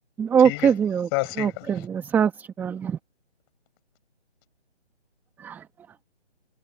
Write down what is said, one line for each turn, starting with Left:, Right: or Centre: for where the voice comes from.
Left: ਠੀਕ
Centre: ਓਕੇ
Left: ਹੈ
Centre: ਜੀ ਓਕੇ
Left: ਸਤਿ ਸ਼੍ਰੀ
Centre: ਓਕੇ
Left: ਅਕਾਲ
Centre: ਜੀ ਸਤਿ ਸ੍ਰੀ ਅਕਾਲ <unintelligible>